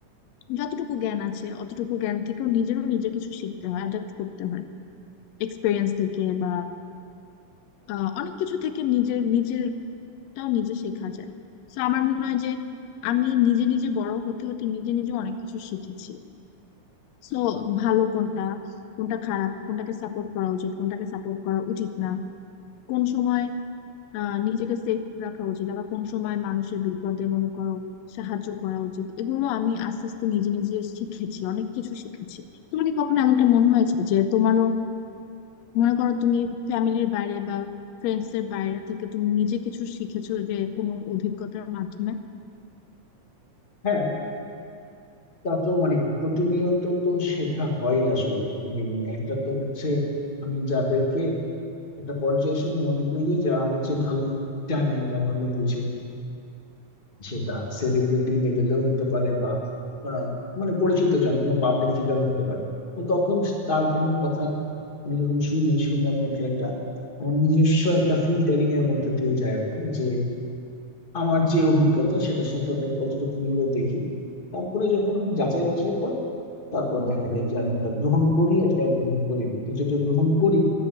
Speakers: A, on the left (about 85°); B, on the left (about 25°).
A: যতটুকু জ্ঞান আছে অতটুকু জ্ঞান থেকেও নিজেরও নিজের কিছু শিখতে হয় অ্যাডাপ্ট করতে হয় এক্সপিরিয়েন্স থেকে বা আহ, অনেক কিছু থেকে নিজের নিজেরটাও নিজে শেখা যায় তো আমার মনে হয় যে আমি নিজে নিজে বড় হতে হতে নিজে নিজে অনেক কিছু শিখেছি সো ভালো কোনটা কোনটা খারাপ কোনটাকে সাপোর্ট করা উচিত কোনটাকে সাপোর্ট করা উচিত না কোন সময় আহ, নিজেকে সেফ রাখা উচিত আবার কোন সময় মানুষের বিপদে মনে করো সাহায্য করা উচিত এগুলো আমি আস্তে আস্তে নিজে নিজে শিখেছি অনেক কিছু শিখেছি তোমার কি কখনো এমনটা মনে হয়েছে যে তোমারও মনে করো তুমি ফ্যামিলির বাইরে বা ফ্রেন্ডস এর বাইরে থেকে তুমি নিজে কিছু শিখেছো যে কোনো অভিজ্ঞতার মাধ্যমে
B: হ্যাঁ তা তো মানে প্রতিনিয়ত তো শেখা হয় আসলে মানে একটা তো হচ্ছে আমি যাদেরকে একটা পর্যায়ে এসে আমি মনে করি যে যারা আমার চেয়ে ভালো জানে বা ভালো বুঝে সেটা সেলিব্রিটি লেভেলেও হতে পারে বা আহ, মানে পরিচিত জন কোনো পাবলিক ফিগার হতে পারে তো তখন তার কোনো কথা আমি যখন শুনি শুনে আমি একটা একটা আমার নিজস্ব একটা ফিল্টারিং এর মধ্যে দিয়ে যায় ওটা যে আমার যে অভিজ্ঞতা সেটার সাথে ওটা আমি কতটুকু মিলে দেখি তারপরে যখন আমি যাচাই বাছাই করি তারপর দেখা যায় যে আমি তা গ্রহণ করি অথবা গ্রহণ করি না তো যেটা গ্রহণ করি